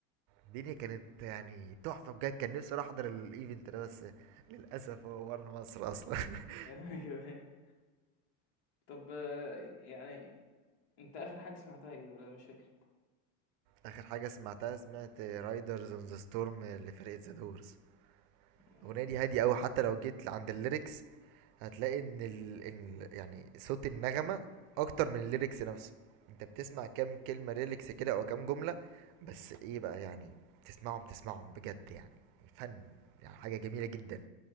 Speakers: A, on the right (about 55°); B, on the left (about 65°).
A: الدنيا كانت يعني تحفة بجد كان نفسي اروح احضر الايفنت ده بس للأسف هو ورا مصر أصلا <laughs>
B: <laughs> أيوه، أيوه. طب آه، يعني أنت آخر حاجة سمعتها إيه والّا أنا مش فاكر؟
A: آخر حاجة سمعتها سمعت رايدرز اون ذا ستورم لفرقة ذا دورز
B: آه،
A: الأغنية دي
B: ح
A: هادية أوي حتى لو جيت عند الليركس هتلاقي ان ال... إن يعني صوت النغمة اكتر من الليركس نفسه انت بتسمع كام كلمة ليركس كده او كام جملة بس ايه بقى يعني تسمعهم تسمعهم بجد يعني فن يعني حاجة جميلة جدا